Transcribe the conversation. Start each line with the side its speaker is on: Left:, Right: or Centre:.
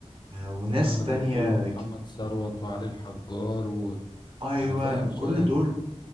Right: آه، وناس
Left: محمد
Right: تانية
Left: الحلو ومحمد
Right: كت-
Left: ثروت وعلي الحجار وانا
Right: ايوه
Left: فاهم سؤالك
Right: كل دول